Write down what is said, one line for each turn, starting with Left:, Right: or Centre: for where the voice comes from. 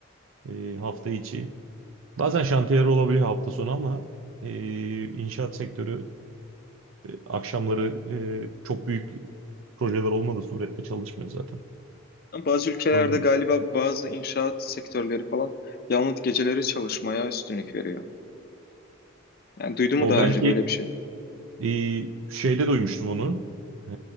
Right: e, hafta içi. Bazen şantiyeler olabiliyor hafta sonu ama e, inşaat sektörü E, Akşamları e, çok büyük projeler olmadığı surette çalışmıyor zaten.
Left: Ama bazı ülkelerde
Right: O,
Left: galiba bazı inşaat sektörleri falan yalnız geceleri çalışmaya üstünlük veriyor. Yani duydun
Right: o
Left: mu daha
Right: belki
Left: önce böyle bir şey?
Right: e, şeyde duymuştum onu. E,